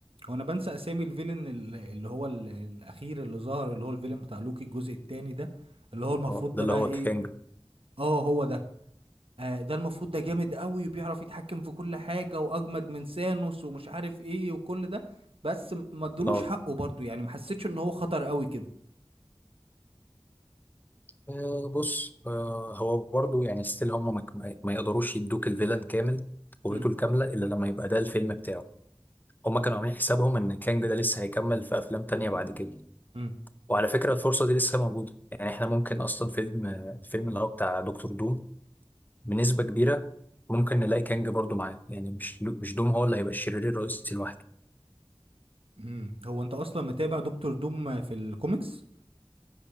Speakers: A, on the right; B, on the left.
A: هو انا بنسى اسامي الفيلن ال- اللي هو ال- الاخير اللي ظهر اللي هو الفيلن بتاع لوكي الجزء الثاني ده اللي هو المفروض
B: اه ده
A: ده
B: اللي
A: بقى
B: هو
A: ايه
B: كانج
A: اه هو ده آه ده المفروض ده جامد قوي وبيعرف يتحكم في كل حاجة واجمد من سانوس ومش عارف ايه وكل ده بس م- ما ادلوش
B: اه
A: حقه برضو يعني ما حسيتش ان هو خطر قوي كده
B: آه، بص آه، هو برضو يعني ستيل هم ما ك- ما يقدروش يدوك الفيلن كامل قوته
A: امم
B: الكاملة إلا لما يبقى ده الفيلم بتاعه هم كانوا عاملين حسابهم إن كانج ده لسه هيكمل في أفلام تانية بعد كده
A: امم
B: وعلى فكرة الفرصة دي لسه موجودة يعني إحنا ممكن أصلا فيلم آه، الفيلم اللي هو بتاع دكتور دوم بنسبة كبيرة ممكن نلاقي كانج برضو معاه يعني مش مش دوم هو اللي هيبقى الشرير الرئيسي لوحده
A: امم هو انت اصلا متابع دكتور دوم في الكوميكس